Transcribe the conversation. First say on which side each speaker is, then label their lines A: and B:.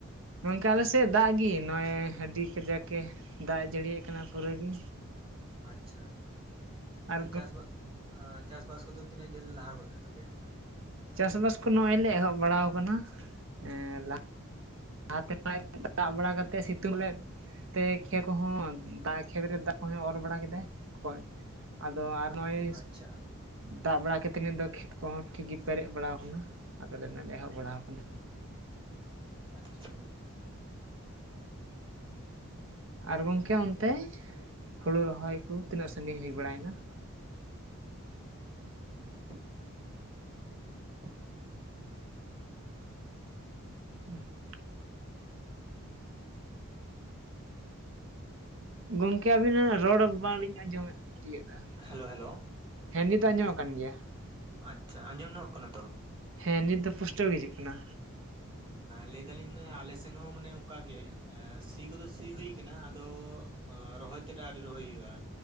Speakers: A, on the right; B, on the right.
A: ᱜᱚᱝᱠᱮ ᱟᱞᱮ ᱥᱮᱫ ᱫᱟᱜ ᱜᱤ ᱱᱚᱜᱼᱚᱭ ᱦᱟᱺᱰᱤ ᱠᱟᱡᱟᱠ ᱮ ᱫᱟᱜ ᱡᱟᱹᱲᱤᱭᱮᱜ ᱠᱟᱱᱟ ᱯᱩᱨᱟᱹ ᱜᱤ
B: ᱟᱪᱪᱷᱟ
A: ᱟᱨ
B: ᱟᱫᱚ ᱪᱟᱥᱵᱟ ᱪᱟᱥᱵᱟᱥ ᱠᱚᱫᱚ ᱛᱤᱱᱟᱹᱜ ᱡᱷᱟᱹᱞ ᱞᱟᱦᱟ ᱜᱚᱫ ᱞᱮᱱ ᱛᱟᱯᱮᱭᱟ?
A: ᱪᱟᱥᱵᱟᱥ ᱠᱚ ᱱᱚᱜ-ᱚᱭ ᱞᱮ ᱮᱦᱚᱵ ᱵᱟᱲᱟᱣ ᱟᱠᱟᱱᱟ ᱮᱸ ᱞᱟ ᱞᱟᱦᱟᱛᱮ ᱢᱟᱭ ᱫᱟᱜ ᱵᱟᱲᱟ ᱠᱟᱛᱮᱫ ᱥᱤᱛᱩᱝ ᱞᱮᱫ ᱛᱮ ᱠᱷᱮ ᱠᱚᱦᱚᱸ ᱫᱟᱜ ᱠᱷᱮᱛ ᱨᱮ ᱫᱟᱜ ᱠᱚᱦᱚᱸᱭ ᱚᱨ ᱵᱟᱲᱟ ᱠᱮᱫᱟᱭ ᱚᱠᱚᱭ ᱟᱫᱚ ᱟᱨ ᱱᱚᱜᱼᱚᱭ
B: ᱟᱪᱪᱷᱟ
A: ᱫᱟᱜ ᱵᱟᱲᱟ ᱠᱟᱛᱮᱫ ᱱᱤᱛ ᱫᱚ ᱠᱷᱮᱛ ᱠᱚᱦᱚᱸ ᱴᱷᱤᱠ ᱜᱮ ᱯᱮᱨᱮᱡ ᱵᱟᱲᱟᱣ ᱟᱠᱟᱱᱟ ᱟᱫᱚᱞᱮ ᱮᱱᱮᱞᱮ ᱮᱦᱚᱵ ᱵᱟᱲᱟᱣ ᱟᱠᱟᱱᱟ᱾
B: ᱟᱪᱪᱷᱟ᱾
A: ᱟᱨ ᱜᱚᱝᱠᱮ ᱚᱱᱛᱮ ᱦᱩᱲᱩ ᱨᱚᱦᱚᱭ ᱠᱚ ᱛᱤᱱᱟᱹᱜ ᱥᱟᱺᱜᱤᱧ ᱦᱩᱭ ᱵᱟᱲᱟᱱᱟ?
B: ᱟᱞᱮ ᱥᱮᱱ ᱦᱚᱸ ᱚᱱᱠᱟᱜᱮ ᱜᱚᱝᱠᱮ ᱢᱟᱱᱮ ᱠᱷᱮᱛ ᱠᱚ ᱯᱟᱲᱟᱜ ᱦᱩᱭ ᱟᱠᱟᱱᱟ ᱱᱚᱜᱼᱚᱭ ᱫᱟᱜ ᱦᱚᱞᱟ ᱢᱟᱫᱷᱮᱨᱮ ᱫᱟᱜ ᱞᱮᱫᱟ ᱛᱚ᱾
A: <unintelligible>
B: ᱠᱷᱮᱛ ᱠᱚᱦᱚᱸ ᱯᱮᱨᱮᱡ ᱟᱠᱟᱱ ᱛᱟᱦᱮᱸᱫ ᱟᱨ ᱵᱷᱤᱛᱟᱹ ᱠᱚᱦᱚᱸ ᱢᱟᱜ ᱦᱳᱭ ᱠᱟᱱᱟ ᱟᱫᱚ ᱞᱚᱥᱚᱫ ᱦᱚᱸ ᱞᱚᱥᱚᱫ
A: ᱜᱚᱝᱠᱮ
B: ᱤᱧᱟᱜ ᱟᱫᱚ
A: ᱟᱵᱤᱱᱟᱜ ᱨᱚᱲ ᱵᱟᱞᱤᱧ ᱟᱸᱡᱚᱢᱮᱫ ᱛᱤᱭᱳᱜᱼᱟ
B: ᱦᱮᱞᱳ ᱦᱮᱞᱳ,
A: ᱦᱮᱸ ᱱᱤᱛ ᱫᱚ ᱟᱸᱡᱚᱢ ᱠᱟᱱ ᱜᱮᱭᱟ᱾
B: ᱟᱪᱪᱷᱟ ᱟᱸᱡᱚᱢ ᱧᱚᱜ ᱠᱟᱱᱟ ᱛᱚ,
A: ᱦᱮᱸ ᱱᱤᱛ ᱫᱚ ᱯᱩᱥᱴᱟᱹᱣ ᱜᱮ ᱦᱤᱡᱩᱜ ᱠᱟᱱᱟ᱾
B: ᱞᱟᱹᱭ ᱫᱟᱞᱤᱧ ᱢᱟᱱᱮ ᱟᱞᱮ ᱥᱮᱱ ᱦᱚᱸ ᱢᱟᱱᱮ ᱚᱱᱠᱟᱜᱮ ᱥᱤ ᱠᱚᱫᱚ ᱥᱤ ᱦᱩᱭ ᱠᱟᱱᱟ ᱟᱫᱚ ᱨᱚᱦᱚᱭ ᱛᱮᱫ ᱟᱹᱣᱨᱤ ᱨᱚᱦᱚᱭ ᱦᱩᱭᱩᱜᱼᱟ᱾